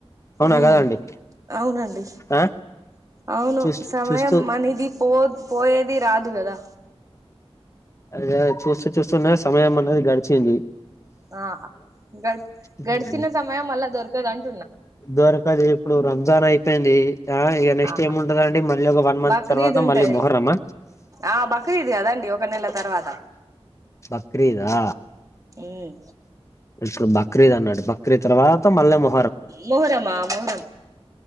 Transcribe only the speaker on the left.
అవునా
కదండి
ఆ
చూస్తూ
చూస్తూ
అదే చూస్తూ చూస్తూనే సమయం అనేది గడిచింది
ఆ
దొరకది ఇప్పుడు రంజాన్ అయి ఏంది ఆ ఇక నెక్స్ట్
ఏముండదండి మళ్ళీ ఒక వన్ మంత్
తర్వాత
మళ్ళీ మోహర్రమ
బక్రీదా
ఇ బక్ బక్రీద్ అన్నాడు బక్రీ తర్వాత మల్లేమో